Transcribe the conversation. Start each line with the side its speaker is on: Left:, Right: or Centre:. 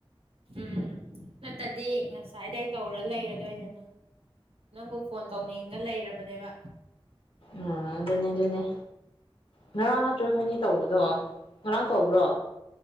Right: ꯎꯝ ꯅꯠꯇꯗꯤ ꯉꯁꯥꯏꯗꯩ ꯇꯧꯔ ꯂꯩꯔꯗꯣꯏꯅꯦ ꯅꯪ ꯅꯪꯕꯨ ꯐꯣꯟ ꯇꯧꯅꯤꯡꯉꯒ ꯂꯩꯔꯕꯅꯦꯕ
Left: ꯑꯥ ꯑꯗꯨꯅꯦ ꯑꯗꯨꯅꯦ ꯉꯔꯥꯡ ꯅꯠꯇ꯭ꯔꯣ ꯈꯣꯏꯅꯤ ꯇꯧꯕꯗꯣ ꯉꯔꯥꯡ ꯇꯧꯕ꯭ꯔꯣ